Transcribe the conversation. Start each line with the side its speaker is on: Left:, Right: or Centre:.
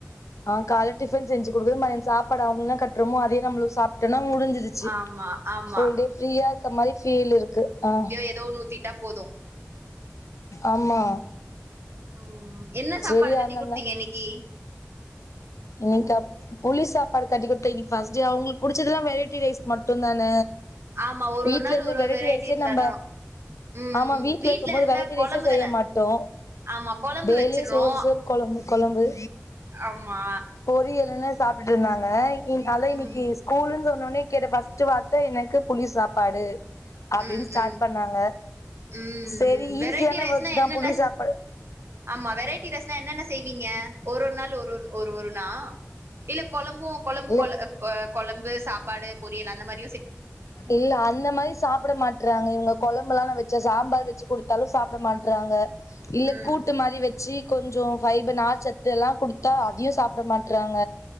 Left: ஆ கால்ல டிஃபன் செஞ்சு குடுக்கிறது மதியோ சாப்பாடு அவுங்க கட்டுறமோ அதயே நம்ம சாப்ட்டோனா முடிஞ்சி சு
Right: ஆமா ஆமா
Left: ஃபுல்டே ஃப்ரீயா இருக்க மாரி பீல் இருக்கு ஆ
Right: எதோ ஒன்னு ஊத்திட்டா போது
Left: ஆமா
Right: ம் என்ன சாப்பாடு
Left: செரி
Right: கட்டி
Left: அதனால
Right: குடுத்தீங்க இன்னிக்கி
Left: இன்னிக்கா புளி சாப்பாடு கட்டிக்குடுத்த இன்னிக்கி ஃபஸ்ட்டே அவுங்களுக்கு புடிச்சதெல்லா வெரைட்டி ரைஸ் மட்டு தான
Right: ஆமா ஒரு
Left: வீட்ல
Right: ஒரு நாள்
Left: இருந்து
Right: ஒரு
Left: வெரைட்டி
Right: ஒரு
Left: ரைஸ்சே
Right: இருந்தாதா
Left: நம்ப
Right: ம்
Left: ஆமா வீட்ல இருக்கு போது
Right: இருந்தா
Left: வெரைட்டி
Right: கொழம்பு
Left: ரைஸ்சே செய்ய
Right: தான
Left: மாட்டோ
Right: ஆமா கொழம்பு
Left: டெய்லி
Right: வச்சிர்றோ
Left: சோறு சோறு கொழம்பு கொழம்பு
Right: ஆமா
Left: பொரியலுனு சாப்ட்டுட்டு இருந்தாங்க இன் அதா இன்னிக்கி
Right: ம்
Left: ஸ்கூலுன்னு சொன்னோனே கேட்ட ஃபஸ்ட்டு வார்த்த எனக்கு புளி சாப்பாடு அப்டின்னு
Right: ம்
Left: ஸ்டார்ட்
Right: ம் ம்
Left: பண்ணாங்க
Right: ம்
Left: செரி ஈஸியான
Right: வெரைட்டி ரைஸ்னா
Left: வேர்க் தா
Right: என்னென்ன
Left: புளி சாப்பாடு
Right: ஆமா வெரைட்டி ரைஸ்னா என்னென்ன செய்வீங்க ஒரு ஒரு நாள் ஒரு ஒரு ஒரு நா இல்ல கொழம்பு கொழம்பு
Left: இல்ல
Right: கொழ கொழம்பு சாப்பாடு பொறியல் அந்த மாரி
Left: இல்ல அந்த மாரி சாப்பிட மாட் றாங்க இவங்க கொழம்புல்லா நா வச்சா சாம்பார் வெச்சு குடுத்தாலு சாப்ட மாட்றாங்க இல்ல
Right: ம்
Left: கூட்டு மாரி வச்சி கொஞ்சோ ஃபைப நார் சத்து எல்லா குடுத்தா அதையு சாப்ட மாட்றாங்க